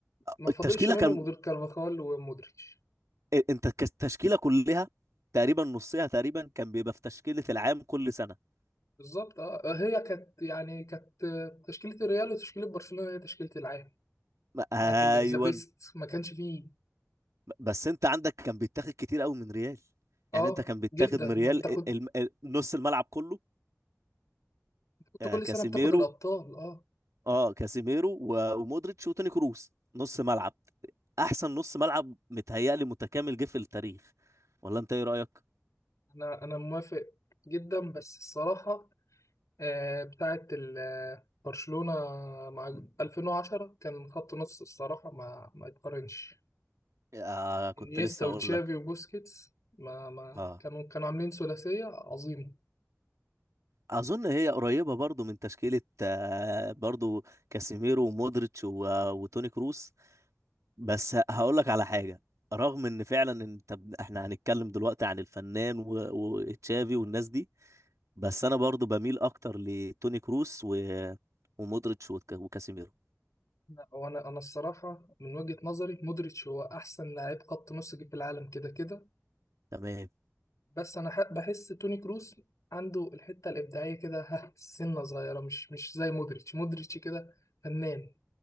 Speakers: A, on the left (about 85°); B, on the right (about 75°).
A: ما
B: التشكيله
A: فاضلش منهم
B: كان
A: غير كارفاخال ومودريتش
B: انت ك- التشكيله كلها تقريبا نصها تقريبا كان بيبقى في تشكيله العام كل سنه
A: بالظبط اه آه، هي كانت يعني كانت آه، تشكيلة الريال وتشكيلة برشلونة هي تشكيلة العام
B: ما- ايوه
A: بتاعت ال- ذا بيست ما كانش فيه
B: بس انت عندك كان بيتاخد كتير قوي من ريال
A: اه
B: يعني انت كان بيتاخد
A: جدا
B: من ريال
A: ما انت كنت
B: ال- ال- ال- نص الملعب كله
A: كنت
B: آه،
A: كل
B: كاسيميرو
A: سنة بتاخد الابطال اه
B: اه كاسيميرو و- ومودريتش وتوني كروس نص ملعب احسن نص ملعب متهيألي متكامل جه في التاريخ ولا انت ايه رأيك
A: انا انا موافق جدا بس الصراحة آه، بتاعة ال- آه، برشلونة مع 2010 كان خط نص الصراحة ما ما يتقارنش
B: آه كنت
A: انيستا
B: لسه
A: وتشافي
B: اقول لك
A: وبوسكيتس ما ما
B: اه
A: كانوا كانوا عاملين ثلاثية عظيمة
B: اظن هي قريبة برضو من تشكيلة آه برضو كاسيميرو ومودريتش و- آه، وتوني كروس بس هقول لك على حاجه رغم ان فعلا انت ب- احنا هنتكلم دلوقتي عن الفنان و- وتشافي والناس دي بس انا برضو بميل اكتر لتوني كروس و... ومودريتش وك... وكاسيميرو
A: لا، وانا انا الصراحة من وجهة نظري مودريتش هو احسن لاعب خط نص جه في العالم كده كده
B: تمام
A: بس انا ح- بحس توني كروس عنده الحتة الإبداعية كده ها سنة صغيرة مش مش زي مودريتش مودريتش كده فنان